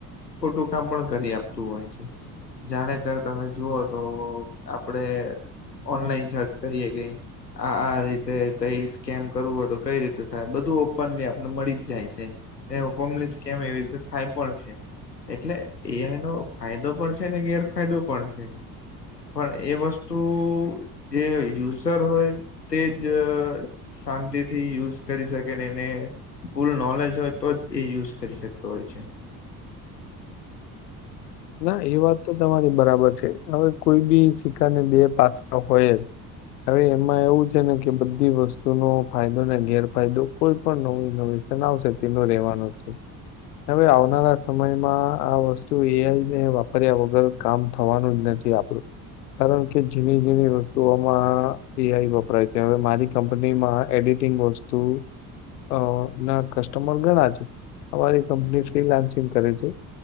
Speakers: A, on the left; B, on the left.
A: ખોટું કામ પણ કરી આપતું હોય છે જાણે કર તમે જુઓ તો આપડે ઓનલાઈન સર્ચ કરીએ કે આ આ રીતે કઈ સ્કેમ કરવું હોય તો કઈ રીતે થાય બધું ઓપનલી આપને મળી જ જાય છે ઓપનલી સ્કેમ એવી રીતે થાય પણ છે એટલે એઆ નો ફાયદો પણ છે ને ગેરફાયદો પણ છે. પણ એ વસ્તુ જે યુઝર હોય તે જ શાંતિથી યુઝ કરી શકે એને ફૂલ નોલેજ હોય તો જ એ યુઝ કરી શકતો હોય છે.
B: ના એ વાત તો તમારી બરાબર છે હવે કોઈ બી સિક્કાની બે પાસા હોય હવે એમાં એવું છે ને કે બધી વસ્તુ નુ ફાયદો ને ગેરફાયદો કોઈ પણ નવી નવી સનાવસે તેનો રહેેવાનો છે હવે આવનારા સમયમાં આ વસ્તુ એ આઇ ને વાપર્યા વગર કામ થવાનું જ નથી આપણું કારણ કે ઝીણી જઝણી વસ્તુઓમાં એઆઈ વપરાય છે હવે મારી કંપનીમાં એડિટિંગ વસ્તુ અ ના કસ્ટમર ગણા છે અમારી કંપની ફ્રીલાન્સિંગ કરે છે